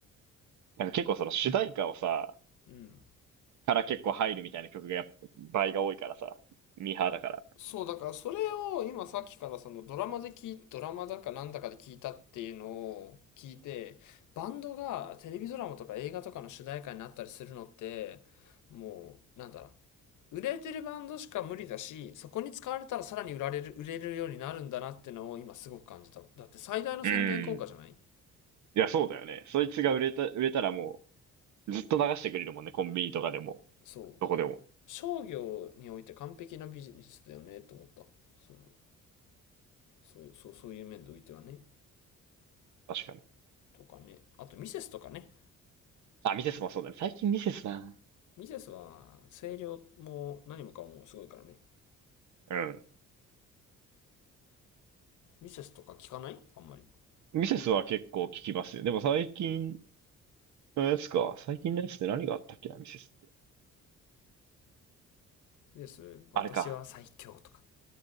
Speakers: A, on the right; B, on the left.
A: なんか結構その主題歌をさ、
B: うん。
A: から結構入るみたいな曲がやっぱ倍が多いからさ、ミーハーだから。
B: そう、だからそれを今さっきからそのドラマで聞い、ドラマだかなんだかで聞いたっていうのを聞いて、バンドがテレビドラマとか映画とかの主題歌になったりするのって、もう、なんだ、売れてるバンドしか無理だし、そこに使われたらさらに売られる、売れるようになるんだなってのを今すごく感じた。だって最大の宣伝効果じゃない
A: うん。いや、そうだよね。そいつが売れた、売れたらもう、ずっと流してくれるもんね、コンビニとかでも、
B: そう。
A: どこでも。
B: 商業において完璧なビジネスだよねと思った。その、そういう、そうそういう面でおいてはね。
A: 確かに。
B: とかね。あとミセスとかね。
A: あ、ミセスもそうだね。最近ミセスな。
B: ミセスは声量も何もかもすごいからね。
A: うん。
B: ミセスとか聞かないあんまり。
A: ミセスは結構聞きますよ。でも最近のやつか。最近のやつって何があったっけな、ミセスって。
B: ミセス、私は最強とか。
A: あれか。